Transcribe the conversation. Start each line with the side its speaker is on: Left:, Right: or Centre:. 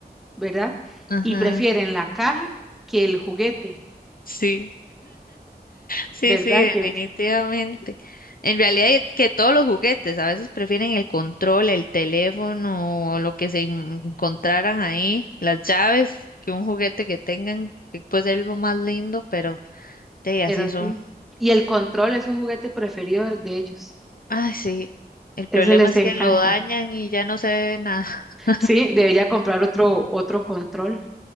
Centre: ¿verdad?
Left: Ajá.
Centre: Y prefieren la caja que el juguete,
Left: Sí, sí,
Centre: ¿verdad?
Left: sí, definitivamente.
Centre: Que es,
Left: En realidad es que todos los juguetes a veces prefieren el control, el teléfono o lo que se en- encontraran ahí, las llaves, que un juguete que tengan, que puede ser lo más lindo, pero de
Centre: pero
Left: así son.
Centre: sí. Y el control es un juguete preferido de de ellos.
Left: Ay, sí. El problema
Centre: Ese les
Left: es
Centre: encanta.
Left: que lo dañan y ya no se ve nada, <laughs>
Centre: Sí, debería comprar otro, otro control